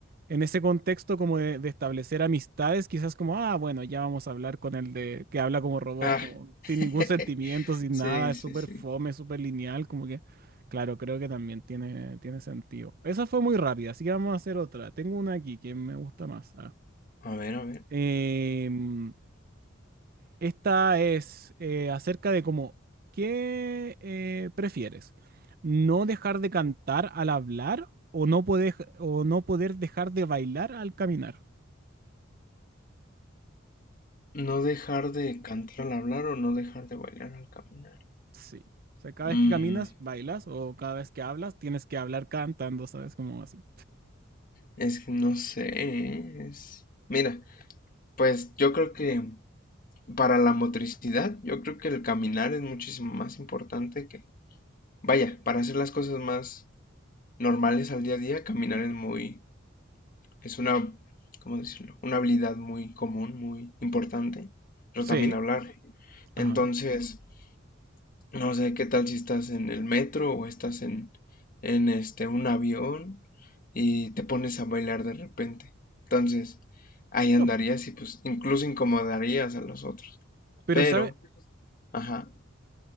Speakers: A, on the right; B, on the left.
A: en ese contexto como de, de establecer amistades, quizás como, ah, bueno, ya vamos a hablar con el de que habla como robot,
B: Ah,
A: como sin ningún
B: <laughs>
A: sentimiento, sin
B: sí,
A: nada, es
B: sí,
A: súper
B: sí.
A: fome, súper lineal, como que, claro, creo que también tiene, tiene sentido. Esa fue muy rápida, así que vamos a hacer otra. Tengo una aquí que me gusta más. Ah.
B: A ver, a ver.
A: Em, esta es eh, acerca de como, ¿qué eh, prefieres? ¿No dejar de cantar al hablar o no poder, o no poder dejar de bailar al caminar?
B: No dejar de cantar al hablar o no dejar de bailar al caminar.
A: Sí. O sea, cada
B: Mm,
A: vez que caminas, bailas, o cada vez que hablas, tienes que hablar cantando, ¿sabes? Como así.
B: es que no sé, ¿eh? es... Mira, pues yo creo que para la motricidad, yo creo que el caminar es muchísimo más importante que Vaya, para hacer las cosas más normales al día a día, caminar es muy, es una, ¿cómo decirlo? Una habilidad muy común, muy importante, pero
A: Sí,
B: también hablar. Entonces,
A: ajá.
B: no sé qué tal si estás en el metro o estás en, en este, un avión y te pones a bailar de repente. Entonces, ahí andarías
A: No,
B: y pues incluso incomodarías a los otros.
A: pero
B: Pero,
A: sabes...
B: ajá,